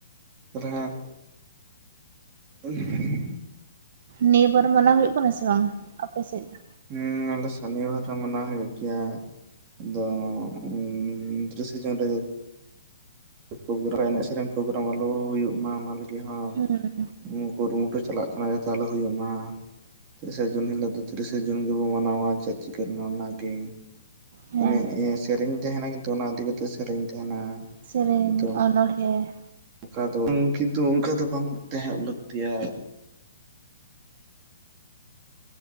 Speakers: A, on the right; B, on the right.
A: ᱦᱮᱸ <unintelligible>
B: ᱱᱤᱭᱟᱹ ᱵᱟᱨ ᱢᱟᱱᱟᱣ ᱦᱩᱭᱩᱜ ᱠᱟᱱᱟ ᱥᱮ ᱵᱟᱝ ᱟᱯᱮ ᱥᱮᱫ ᱫᱚ
A: ᱦᱩᱸ ᱟᱞᱮ ᱥᱟᱱᱤᱵᱟᱨ ᱨᱮ ᱢᱟᱱᱟ ᱦᱩᱭᱩᱜ ᱜᱮᱭᱟ ᱫᱚ <unintelligible> ᱥᱡᱚᱱ ᱨᱮ <inaudible> ᱮᱱᱮᱡ ᱥᱮᱨᱮᱧ ᱯᱨᱳᱜᱨᱟᱢ ᱟᱞᱚ ᱦᱩᱭᱩᱜ ᱢᱟ ᱚᱱᱟ ᱞᱟᱹᱜᱤᱫ ᱦᱚᱸᱼᱼ
B: ᱦᱩᱸ
A: ᱠᱩᱨᱩᱢᱩᱴᱩ ᱪᱟᱞᱟᱜ ᱠᱟᱱᱟ ᱡᱟᱛᱮ ᱟᱞᱚ ᱦᱩᱭᱩᱜᱳ ᱢᱟ ᱛᱮᱤᱥᱮᱟ ᱡᱩᱱ ᱦᱤᱞᱳᱜ ᱫᱚ ᱛᱤᱨᱤᱥᱟ ᱡᱩᱱ ᱜᱮᱵᱚ ᱢᱟᱱᱟᱣᱟ ᱪᱟᱹ ᱪᱤᱠᱮᱞ ᱚᱱᱟᱜᱮ
B: ᱦᱮᱸ
A: ᱢᱟᱱᱮ ᱤᱧ ᱥᱮᱨᱮᱧ ᱛᱟᱦᱮᱱᱟᱧ ᱛᱚ ᱚᱱᱟ ᱤᱫᱤ ᱠᱟᱛᱮ ᱥᱮᱨᱮᱧ ᱛᱟᱦᱮᱱᱟ
B: ᱥᱮᱨᱮᱧ
A: ᱠᱤᱱᱛᱩ
B: ᱚᱱᱚᱬᱦᱮᱸ
A: ᱚᱱᱠᱟ ᱫᱚ ᱠᱤᱱᱛᱩ ᱚᱱᱠᱟ ᱫᱚ ᱵᱟᱝ ᱛᱟᱦᱮᱸ ᱞᱟᱹᱠᱛᱤᱭᱟ᱾